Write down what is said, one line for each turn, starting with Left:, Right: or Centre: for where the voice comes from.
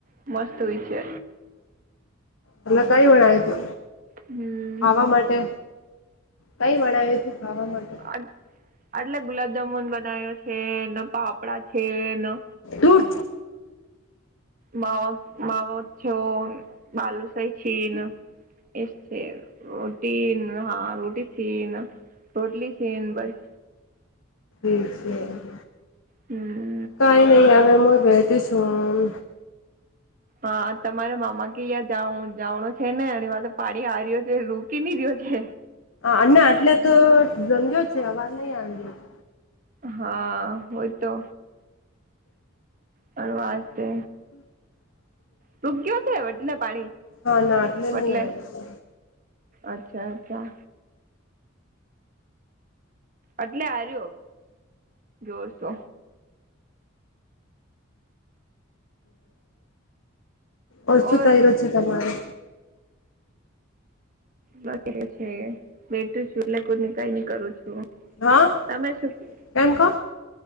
Right: મસ્ત હોય છે
Left: તલા કઈ વણાય તે?
Right: હમ
Left: ખાવા માટે. કઈ વણાઈ તી ખાવા માટે?
Right: આટ આટલા ગુલાબજામુન બનાયો છ છે ન, પાપડા છે ન, અ -
Left: દૂર
Right: માવા માવો છો ન, બાલુસાહી છીન, એ સ છે. રોટીન હા રોટી થી ન. રોટલી થી ન બસ
Left: ઈ છે ન.
Right: હું.
Left: કંઈ નઈ હવે મુય બેઠી છું ન.
Right: અ તમારે મામા કી યાં જાઉં જાવનો છે ને એની વાતો પાડી હારિઓ છે, રુકી ની રહ્યો છે.
Left: અ ના એટલે તો જંગ્યો છે, અવાજ નઈ આવી રહ્યો છે.
Right: હા હોય તો પર વાસ્તે તુગ્યો તે વટલે પાણી
Left: હા ના એટલે
Right: વટલે.
Left: નહી આવ્યો
Right: અચ્છા અચ્છા. અટલે આર્યો જોરશો
Left: ઓછું
Right: ઓર
Left: થઈ ર્યું છે તમારે.
Right: બસ એ છે. બેઠી છું એટલે કોની કઈ ની કરું છું.
Left: હાન,
Right: તમે શું
Left: કેમ કો?